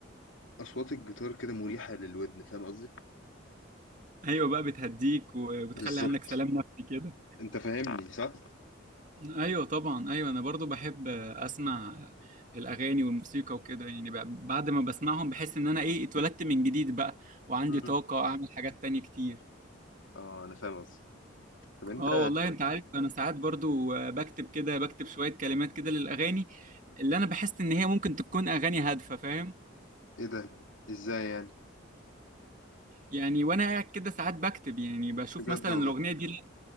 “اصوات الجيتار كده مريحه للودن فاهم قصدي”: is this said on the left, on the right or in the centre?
Left